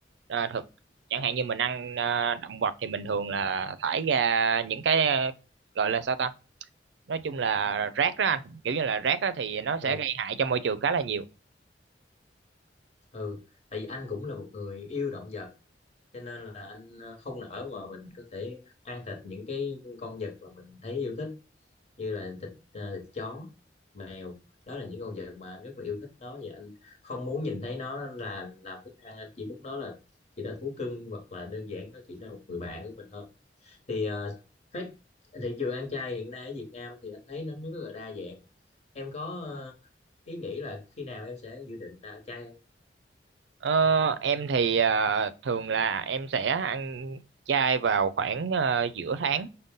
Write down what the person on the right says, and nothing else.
ờ, thực chẳng hạn như mình ăn ờ, động vật thì mình thường là thải ra những cái ờ, gọi là sao ta nói chung là rác đó anh kiểu như là rác đó thì nó sẽ
gây hại cho môi trường khá là nhiều
Ờ, em thì ờ, thường là em sẽ ăn chay vào khoảng ờ, giữa tháng